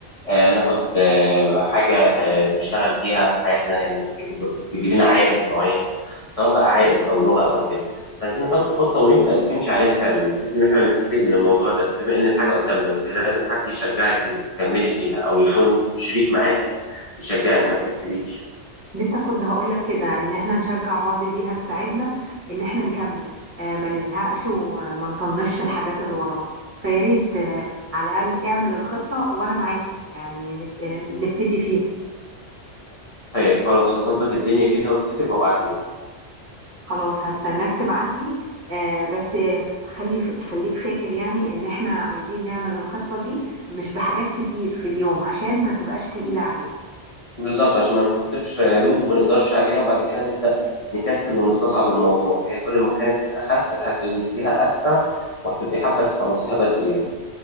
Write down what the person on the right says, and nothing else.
لسه كنت هقولك كده ان احنا نشجع بعض دي هتساعدنا ان احنا نكمل آه ما نزهقش وما نطنش الحاجات اللي ورانا فيا ريت آه على الاقل اعمل الخطة وانا معاك يعني نس- نبتدي فيها
خلاص هستناك تبعتلي آه بس آه، خلي خليك فاكر يعني ان احنا عايزين نعمل الخطة دي مش بحاجات كتير في اليوم عشان ما تبقاش تقيلة علينا